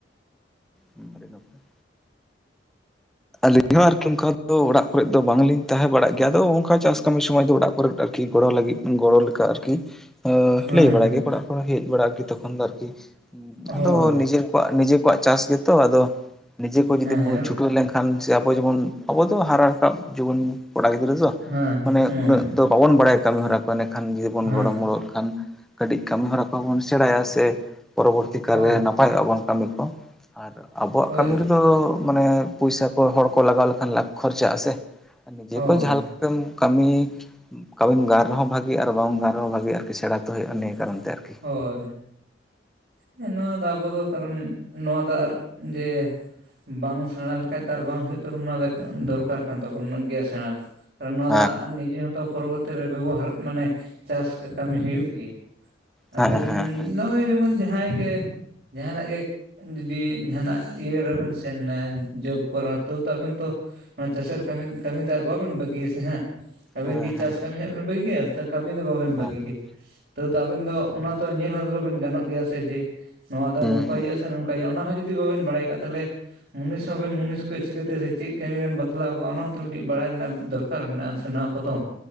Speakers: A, in the centre; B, on the right.
A: ᱦᱩᱸ ᱟᱹᱰᱤ ᱱᱟᱯᱟᱭ᱾ ᱟᱹᱞᱤᱧ ᱦᱚᱸ ᱟᱨᱠᱤ ᱚᱱᱠᱟ ᱫᱚ ᱚᱲᱟᱜ ᱠᱚᱨᱮᱫ ᱫᱚ ᱵᱟᱝ ᱞᱤᱧ ᱛᱟᱦᱮᱸ ᱵᱟᱲᱟᱜ ᱜᱮᱭᱟ᱾ᱟᱫᱚ ᱚᱱᱠᱟ ᱪᱟᱥ ᱠᱟᱹᱢᱤ ᱥᱚᱢᱚᱭ ᱫᱚ ᱚᱲᱟᱜ ᱠᱚᱨᱮ ᱟᱨᱠᱤ ᱜᱚᱲᱚ ᱞᱟᱹᱜᱤᱫ ᱜᱚᱲᱚ ᱞᱮᱠᱟ ᱟᱨᱠᱤ
B: ᱦᱮᱸ
A: ᱞᱟᱹᱭ ᱵᱟᱲᱟ
B: ᱦᱮᱸ
A: ᱜᱮ ᱚᱲᱟᱜ ᱠᱚ ᱦᱮᱡ ᱵᱟᱲᱟ ᱜᱮ ᱛᱚᱠᱷᱚᱱ ᱫᱚ ᱟᱨᱠᱤ᱾
B: ᱦᱳᱭ
A: ᱟᱫᱚ ᱱᱤᱡᱮᱨ ᱠᱚ ᱱᱤᱡᱮ ᱠᱚᱣᱟᱜ ᱪᱟᱥ ᱜᱮᱛᱚ ᱟᱫᱚ ᱱᱤᱡᱮ ᱠᱚ ᱡᱩᱫᱤᱢ
B: ᱦᱮᱸ
A: ᱪᱷᱩᱴᱟᱹᱣ ᱞᱮᱱ ᱠᱷᱟᱱ ᱡᱮ ᱟᱵᱚ ᱡᱮᱢᱚᱱ ᱟᱵᱚ ᱫᱚ ᱦᱟᱨᱟ ᱨᱟᱠᱟᱵ ᱡᱩᱣᱟᱹᱱ ᱠᱚᱲᱟ ᱜᱤᱫᱽᱨᱟᱹ ᱫᱚ
B: ᱦᱮᱸ
A: ᱢᱟᱱᱮ
B: ᱦᱮᱸ
A: ᱩᱱᱟᱹᱜ ᱫᱚ ᱵᱟᱵᱚᱱ ᱵᱟᱲᱟᱭᱟ ᱠᱟᱹᱢᱤ ᱦᱚᱨᱟ ᱠᱚ ᱮᱸᱰᱮᱠᱷᱟᱱ ᱡᱩᱫᱤ ᱵᱚᱱ
B: ᱦᱮᱸ
A: ᱜᱚᱲᱚ ᱢᱚᱲᱚᱜ ᱠᱷᱟᱱ ᱠᱟᱹᱴᱤᱡ ᱠᱟᱹᱢᱤ ᱦᱚᱨᱟ ᱠᱚ ᱦᱚᱸ ᱵᱚᱱ ᱥᱮᱲᱟᱭᱟ ᱥᱮ ᱯᱚᱨᱚᱵᱚᱨᱛᱤ ᱠᱟᱞ
B: ᱦᱳᱭ
A: ᱨᱮ ᱱᱟᱯᱟᱭᱚᱜ-ᱟ ᱵᱚᱱ ᱠᱟᱹᱢᱤ ᱠᱚ᱾ ᱟᱵᱚᱣᱟᱜ
B: ᱦᱳᱭ
A: ᱠᱟᱹᱢᱤ ᱨᱮᱫᱚ ᱢᱟᱱᱮ ᱯᱚᱭᱥᱟ ᱠᱚ ᱦᱚᱲ ᱠᱚ ᱞᱟᱜᱟᱣ ᱞᱮᱠᱷᱟᱱ ᱞᱟᱠ ᱠᱷᱚᱨᱪᱟᱜ-ᱟ ᱥᱮ᱾ ᱱᱤᱡᱮ
B: ᱦᱳᱭ
A: ᱠᱚ ᱡᱟᱦᱟ ᱞᱮᱠᱟᱢ ᱠᱟᱹᱢᱤ, ᱠᱟᱹᱢᱤᱢ ᱜᱟᱱ ᱨᱮᱦᱚᱸ ᱵᱷᱟᱜᱤ ᱟᱨ ᱵᱟᱢ ᱜᱟᱱ ᱵᱷᱟᱜᱤ ᱟᱨᱠᱤ ᱥᱮᱰᱟ ᱛᱚ ᱦᱳᱭᱳᱜ-ᱟ ᱱᱤᱭᱟᱹ ᱠᱟᱨᱚᱱ ᱛᱮ ᱟᱨᱠᱤ᱾
B: ᱦᱳᱭ ᱦᱮᱸ ᱫᱚ ᱟᱵᱚ ᱫᱚ ᱠᱟᱨᱚᱱ ᱱᱚᱣᱟ ᱫᱚ ᱟᱨ ᱡᱮ ᱵᱟᱝ ᱥᱮᱲᱟ ᱞᱮᱠᱷᱟᱡ ᱛᱟᱨ ᱵᱟᱝ ᱦᱩᱭᱩᱜ ᱛᱟᱵᱚᱱᱟ ᱫᱚ ᱫᱚᱨᱠᱟᱨ ᱠᱟᱱ ᱛᱟᱵᱚᱱᱟ ᱜᱮᱭᱟ ᱥᱮᱲᱟ ᱫᱚ᱾ ᱱᱚᱣᱟ
A: ᱦᱮᱸ
B: ᱫᱚ ᱱᱤᱡᱮ ᱦᱚᱸ ᱛᱚ ᱯᱚᱨᱚᱵᱚᱨᱛᱤ ᱨᱮ ᱵᱮᱵᱚᱦᱟᱨ ᱢᱟᱱᱮ ᱪᱟᱥ ᱠᱟᱹᱢᱤ ᱦᱩᱭᱩᱜ ᱜᱮᱭᱟ᱾ ᱟᱵᱮᱱ
A: ᱦᱮᱸ ᱦᱮᱸ ᱦᱮᱸ ᱦᱮᱸ
B: ᱱᱚᱸᱜ-ᱚᱭ ᱡᱮᱢᱚᱱ ᱡᱟᱦᱟᱭ ᱜᱮ ᱡᱟᱦᱟᱱᱟᱜ ᱜᱮ᱾ ᱡᱩᱫᱤ ᱡᱟᱦᱱᱟᱜ ᱤᱭᱟᱹ ᱨᱮᱵᱮᱱ ᱥᱮᱱ ᱱᱟ ᱡᱚᱵ ᱠᱚᱨᱮ ᱦᱚᱸ ᱛᱟ. ᱣ ᱛᱚ ᱟᱵᱮᱱ ᱛᱚ ᱱᱚᱣᱟ ᱪᱟᱥᱮᱨ ᱠᱟᱹᱢᱤ ᱠᱟᱹᱢᱤ ᱫᱚ ᱟᱨ ᱵᱟᱵᱮᱱ ᱵᱟᱹᱜᱤᱭᱟ ᱥᱮ ᱦᱟᱸᱜ᱾ ᱟᱵᱤᱱ
A: ᱦᱮᱸ
B: ᱠᱤ ᱪᱟᱥ
A: ᱦᱮᱸ
B: ᱠᱟᱹᱢᱤ ᱦᱟᱸᱜ ᱵᱤᱱ ᱵᱟᱹᱜᱤ ᱜᱮᱭᱟ᱾ ᱠᱟᱹᱢᱤ ᱫᱚ ᱵᱟᱵᱤᱱ ᱵᱟᱹᱜᱤ
A: ᱵᱟᱝ
B: ᱜᱮᱭᱟ
A: ᱵᱟᱝ
B: ᱛᱟ. ᱣ ᱛᱚ ᱟᱵᱮᱱ ᱫᱚ᱾ ᱚᱱᱟ ᱛᱚ ᱧᱮᱞ ᱦᱚᱸ ᱵᱟᱵᱮᱱ ᱜᱟᱱᱚᱜ ᱜᱮᱭᱟ ᱥᱮ ᱡᱮ ᱱᱚᱣᱟ ᱫᱚ
A: ᱦᱩᱸ
B: ᱱᱚᱝᱠᱟ
A: ᱦᱩᱸ
B: ᱦᱩᱭᱩᱜ-ᱟ᱾ ᱱᱚᱝᱠᱟᱭ ᱦᱩᱭᱩᱜ-ᱟ ᱚᱱᱟ ᱦᱚᱸ ᱡᱩᱫᱤ ᱵᱟᱵᱮᱱ ᱵᱟᱲᱟᱭ ᱠᱟᱜ-ᱟ ᱛᱟᱞᱦᱮ᱾ ᱢᱩᱱᱤᱥ ᱦᱚᱸ ᱟᱵᱮᱱ ᱢᱩᱱᱤᱥ ᱠᱚ ᱪᱤᱠᱟᱹ ᱛᱮ ᱥᱮ ᱪᱮᱫ ᱠᱟᱹᱢᱤ ᱵᱮᱱ ᱵᱟᱛᱞᱟᱣ ᱠᱚᱜ-ᱟ ᱚᱱᱟ ᱦᱚᱸ ᱛᱚ ᱢᱤᱫᱴᱤᱡ ᱵᱟᱲᱟᱭ ᱨᱮᱱᱟᱜ ᱫᱚᱨ ᱠᱟᱨ ᱢᱮᱱᱟᱜ-ᱟ ᱥᱮ ᱱᱚᱣᱟ ᱠᱚᱫᱚ᱾